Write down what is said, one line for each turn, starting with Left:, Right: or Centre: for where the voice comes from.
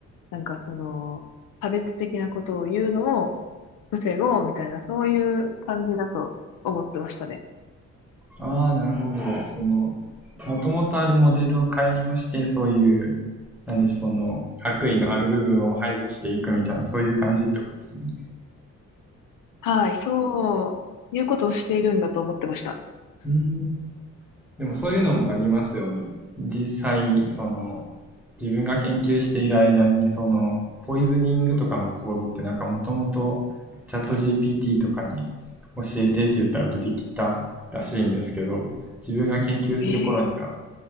Left: なんかその、差別的なことを言うのを防ごうみたいな、そういう感じだと思ってましたね。
Centre: ああ、なるほど。その、もともとあるモデルを改良して、そういう、なんでしょう、その、悪意のある部分を排除していくみたいな、そういう感じってことですね。
Left: はい、そう、いうことをしているんだと思ってました。
Centre: うんでもそういうのもありますよね。実際、その、自分が研究している間に、その、ポイズニングとかのコードってなんかもともとチャット GPT とかに教えてって言ったら出てきたらしいんですけど、自分が研究する頃には
Left: ええ